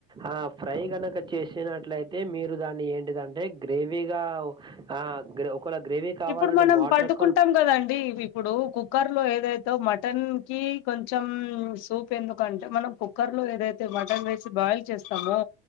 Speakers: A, on the right; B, on the left.
A: ఆ ఫ్రై గనక చేసినట్లయితే, మీరు దాన్ని ఏంటిదంటే గ్రేవీగా హా గ్రవ్ కూడా గ్రేవీ కావాలంటే
B: ఇప్పుడు మనం
A: వాటర్
B: పట్టుకుంటాం
A: ఎక్కువ
B: కదండి, ఇప్పుడు కుక్కర్ లో ఏదైత్ తో మటన్ కి కొంచెం సూప్ ఎందుకంటే మనం కుక్కర్ లో ఏదైత్ తే మటన్ వేసి బాయిల్ చేస్తామో